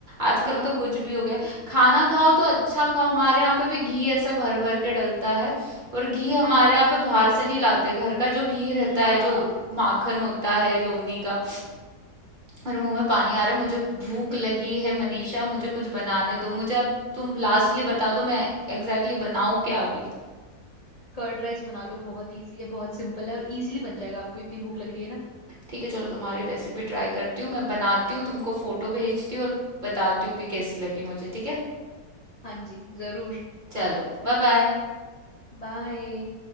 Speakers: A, on the right; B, on the left.
A: आजकल
B: <laughs> हाँ
A: तो कुछ भी हो गया खाना खाओ तो अच्छा खाओ हमारे यहाँ पे भी घी ऐसा भर भर के डलता है और घी हमारे यहाँ पे बाहर से नहीं लाते घर का जो घी रहता है
B: हाँ
A: जो माखन होता है लोनी का और मुंह में पानी आ रहा है मुझे भूख
B: <laughs>
A: लगी है मनीषा मुझे कुछ बनाने दो मुझे अब तुम लास्टली बता दो मैं एग्जैक्टली बनाऊं क्या अभी
B: कर्ड राइस बना लो बहुत इजी है बहुत सिंपल है और इजीली बन जाएगा आपको इतनी भूख लग रही है ना
A: ठीक है चलो तुम्हारी रेसिपी ट्राई करती हूँ मैं बनाती हूँ तुमको फोटो भेजती हूँ और बताती हूँ कि कैसी लगी मुझे ठीक है
B: हाँ जी जरूर
A: चलो बाय बाय
B: बाय